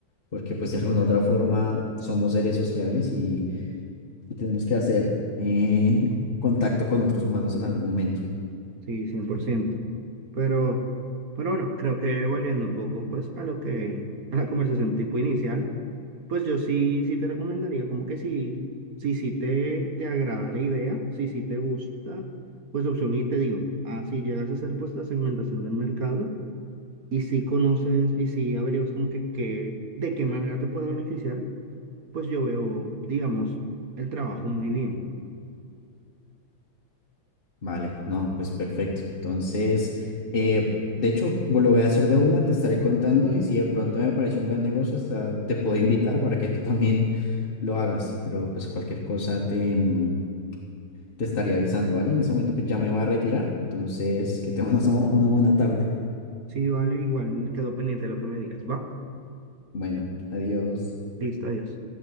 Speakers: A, on the left; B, on the right.
A: porque pues de alguna u otra forma somos seres sociables y, y tenemos que hacer eh, contacto con otros humanos en algún momento.
B: Sí, cien por ciento Pero, pero bueno, creo que volviendo un poco pues a lo que, a la conversación tipo inicial, pues yo sí, sí te recomendaría como que sí, sí, sí te, te agrada la idea, sí, sí te gusta, pues la opción y te digo, así llegas a hacer pues la segmentación del mercado y si conoces y si averiguas como que, que de qué manera te puede beneficiar, pues yo veo, digamos, el trabajo muy bien.
A: Vale, no, pues perfecto. Entonces, eh, de hecho, bo- lo voy a hacer de una, te estaré contando y si de pronto me parece un buen negocio, hasta te puedo invitar para que tú también lo hagas, pero pues cualquier cosa te, mm, te estaré avisando, ¿vale? En ese momento pues, ya me voy a retirar, entonces que tengas <laughs> una una buena tarde.
B: Sí, vale, igual quedo pendiente de lo que me digas, ¿va?
A: Bueno, adiós.
B: Listo, adiós.